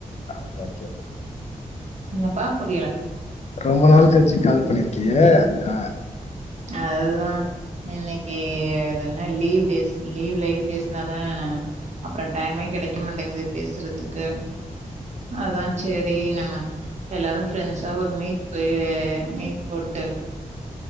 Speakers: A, on the left; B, on the right.
A: ஆ பச்ச <inaudible>
B: என்னப்பா புரியல
A: ரொம்ப நாள் கழிச்சி கால் பண்ணிருக்கியே அதா
B: அதா இன்னைக்குனதுன லீவ் டேஸ் லீவ்ல பேசுனாதான் அப்புறம் டைமே கிடைக்க மாட்டேங்குது பேசுறதுக்கு அதான் சரி நம்ம எல்லாரும் ஃப்ரெண்ட்ஸா ஒரு மீட் போய் மீட் போட்டு